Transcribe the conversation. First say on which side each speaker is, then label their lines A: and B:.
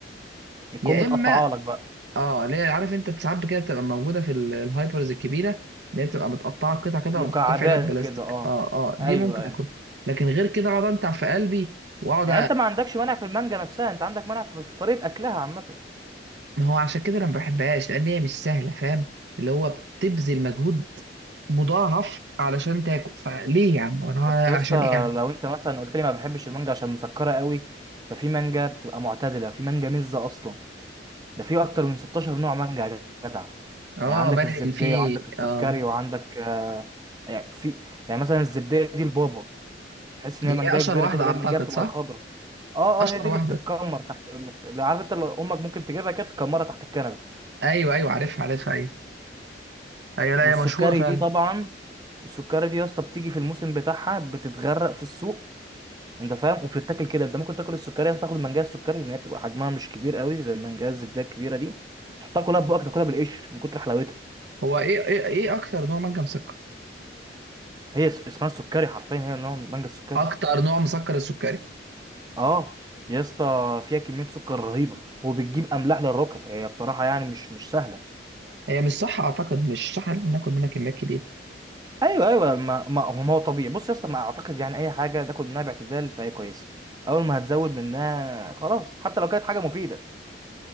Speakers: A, on the right; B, on the right.
A: يكون
B: يا
A: متقطعه
B: اما
A: لك بقى
B: اه اللي هي عارف انت ساعات كده بتبقى موجوده في ال- الهايبرز الكبيره اللي هي بتبقى متقطعه قطع كده
A: مكعبات
B: ومحطوطه في علب بلاستيك
A: كده اه
B: اه اه دي
A: ايوه
B: ممكن
A: ايوه
B: اكل لكن غير كده اقعد انتع في قلبي واقعد
A: يعني انت ما عندكش مانع في المانجا نفسها انت عندك مانع في في طريقه اكلها عامه
B: ما هو عشان كده انا ما بحبهاش لان هي مش سهله فاهم اللي هو بتبذل مجهود مضاعف علشان تاكل فليه يا عم وانا
A: اصل يا اسطى
B: عشان ايه يعني
A: لو انت مثلا قلت لي ما بحبش المانجا عشان مسكره قوي ففي مانجا بتبقى معتدله في مانجا مزه اصلا ده في اكتر من 16 نوع مانجا يا جدع
B: اه
A: يعني عندك
B: بني
A: الزبديه
B: في
A: وعندك السكري
B: اه
A: وعندك آه يعني في يعني مثلا الزبديه دي البابا تحس ان
B: دي
A: هي
B: اللي
A: منجايه
B: هي اشهر
A: كبيره
B: واحده
A: كده اللي
B: اعتقد
A: هي المنجايه بتبقى
B: صح
A: الخضراء اه
B: اشهر
A: اه هي دي
B: واحده
A: اللي بتتكمر تحت اللي اللي عارف انت اللي امك ممكن تجيبها كده تكمرها تحت الكنبه
B: ايوه ايوه عارفها عارفها ايوه ايوه لا
A: والسكري
B: هي مشهوره فعلا
A: دي طبعا السكري دي يا اسطى بتيجي في الموسم بتاعها بتتغرق في السوق انت فاهم وبتتاكل كده انت ممكن تاكل السكري تاخد المنجايه السكري لان هي بتبقى حجمها مش كبير قوي زي المنجايه الزبده الكبيره دي تحطها كلها في بقك تاكلها بالقشر من كتر حلاوتها
B: هو ايه ايه ايه اكتر نوع منجم مسكر
A: هي اس- اسمها السكري حرفيا هي نوع من المانجا السكري
B: اكتر نوع مسكر السكري
A: اه يا اسطى فيها كميه سكر رهيبه وبتجيب املاح للركب هي بصراحه يعني مش مش سهله
B: هي مش صح اعتقد مش صح ان إحنا ناكل منها كميات كبيره
A: ايوه ايوه ما ما هو ما هو طبيعي بص يا اسطى ما اعتقد يعني اي حاجه تاكل منها باعتدال فهي كويسه اول ما هتزود منها خلاص حتى لو كانت حاجه مفيده